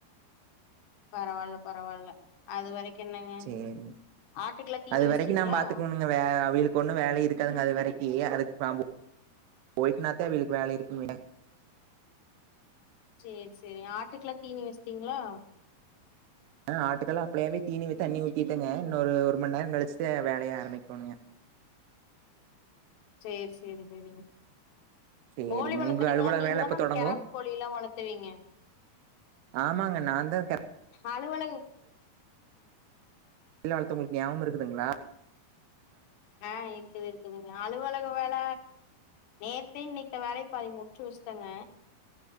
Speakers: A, on the left; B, on the right.
A: பரவாயில்ல பரவாயில்ல அது வரைக்கு என்னங்க
B: சேரிங்க
A: ஆட்டுக்கெல்லா தீனி
B: அது
A: வெச்சிட்டிங்களா
B: வரைக்கு நா பாத்துக்கணுங்க வே அவியளுக்கு ஒண்ணு வேலை இருக்காதுங்க அது வரைக்கு அதுக்கு <unintelligible> போய்ட்னாதா அவியளுக்கு வேலை இருக்குனு வையே
A: சேரி சேரிங்க ஆட்டுக்கெல்லா தீனி வெச்டீங்களா
B: ஆ ஆட்டுக்கெல்லா அப்லேவே தீனி தண்ணி ஊத்திட்டெங்க இன்னு ஒரு ஒரு மணி நேர கழிச்சுதா வேலைய ஆரம்பிக்கோணுங்க
A: செரி செரி செரிங்க
B: சேரிங்க
A: கோழி வளர்த்துறீங்களா
B: உங்க அலுவலக
A: நீங்க
B: வேல
A: தானே
B: எப்ப
A: அந்த
B: தொடங்கு
A: கெராப் கோழி எல்லா வளத்துவீங்க
B: ஆமாங்க நான் தா
A: அலுவலக
B: கோழிலா வளத்தே உங்களுக்கு ஞபாகம் இருக்குதுங்களா
A: ஆ இருக்குது இருக்குதுங்க அலுவலக வேல நேத்தே இன்னைக்தா வேலைய பாதி முடிச்சு வச்ட்டேங்க